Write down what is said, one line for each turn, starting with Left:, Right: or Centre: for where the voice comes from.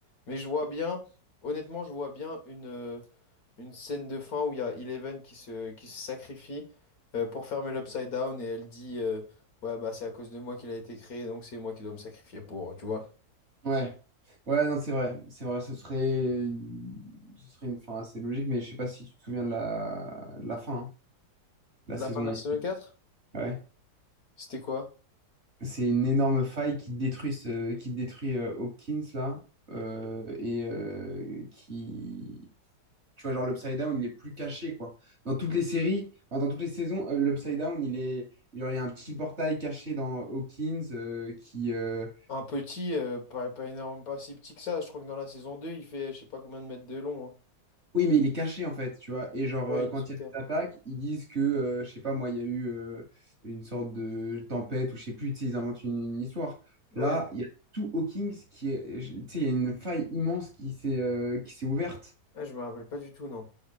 Left: Mais je vois bien, honnêtement, je vois bien une, euh, une scène de fin où il y a Eleven qui se, qui se sacrifie euh, pour fermer l'upside down. Et elle dit, euh, ouais, bah, c'est à cause de moi qu'il a été créé, donc c'est moi qui dois me sacrifier pour, tu vois.
Right: ouais, ouais, non, c'est vrai, c'est vrai, ce serait, ce serait une fin assez logique, mais je sais pas si tu te souviens de la, de la fin, hein, de la
Left: La
Right: saison.
Left: fin de la saison 4
Right: Ouais.
Left: c'était quoi?
Right: C'est une énorme faille qui détruit, ce- qui détruit euh, Hopkins là euh, et euh, qui tu vois genre l'Upside Down il est plus caché quoi. Dans toutes les séries, enfin, dans toutes les saisons, euh, l'Upside Down il est genre, il y a un petit portail caché dans Hawkins euh, qui, euh,
Left: Un petit, euh, pas, pas énorme, pas si petit que ça. Je crois que dans la saison 2, il fait je sais pas combien de mètres de long. hein.
Right: Oui, mais il est caché en fait, tu vois. Et genre,
Left: Ouais,
Right: euh,
Left: il
Right: quand
Left: est sous
Right: il
Left: terre.
Right: y a des attaques, ils disent que, euh, je sais pas, moi, il y a eu euh, une sorte de tempête ou je sais plus, tu sais, ils inventent une, une histoire.
Left: Ouais,
Right: Là, il y a tout Hawkins qui est, je- tu sais, il y a une faille immense qui s'est euh, qui s'est ouverte.
Left: Ah, je me rappelle pas du tout, non.